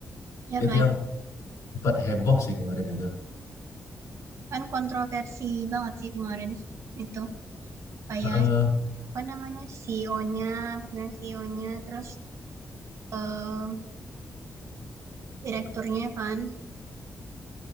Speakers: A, on the right; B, on the left.
A: ya
B: Itu
A: kan
B: yang sempat heboh sih kemarin itu.
A: kan kontroversi banget sih kemarin itu kayak
B: Heeh,
A: apa namanya CEO-nya, pemilihan CEO-nya terus eh, direkturnya kan.